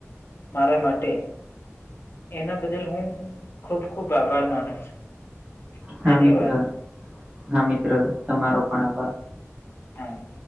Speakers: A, on the left; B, on the right.
A: મારા માટે એના બદલ હું ખુબ ખુબ આભાર માનું છું.
B: હા
A: ધન્યવાદ
B: મિત્ર, હા મિત્ર, તમારો પણ આભાર.
A: હા.